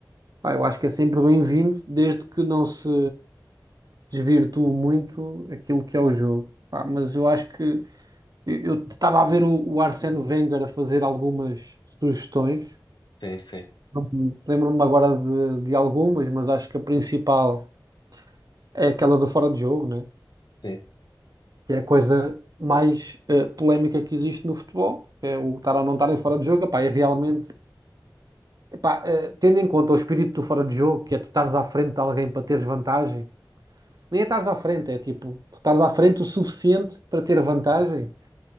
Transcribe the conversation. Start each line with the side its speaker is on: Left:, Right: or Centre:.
Right: Pá, eu acho que é sempre bem-vindo, desde que não se desvirtue muito aquilo que é o jogo. Pá, mas eu acho que eu eu estava a ver o, o Arsène Wenger a fazer algumas sugestões.
Left: Sim, sim,
Right: Não me- Lembro-me agora de, de algumas, mas acho que a principal. é aquela do fora de jogo, né?
Left: sim.
Right: Que é a coisa mais eh, polémica que existe no futebol, é o estar ou não estar em fora de jogo, epá, e realmente, epá, eh, tendo em conta o espírito do fora de jogo, que é tu estares à frente de alguém para teres vantagem, nem é estares à frente, é tipo, tu estares à frente o suficiente para ter vantagem,